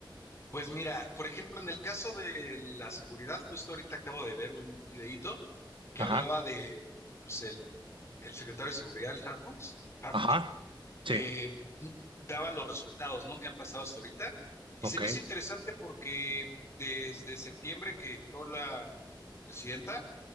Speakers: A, on the left (about 35°); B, on the right (about 80°).
A: Pues mira, por ejemplo, en el caso de la seguridad, justo ahorita acabo de ver un videíto que
B: Ajá.
A: hablaba de pues, el, el secretario de seguridad, el Harfuch, Harfuch,
B: Ajá, sí,
A: que <clears throat> daba los resultados, ¿no? que han pasado hasta ahorita. Y
B: ok,
A: se me hizo interesante porque desde septiembre que entró la presidenta,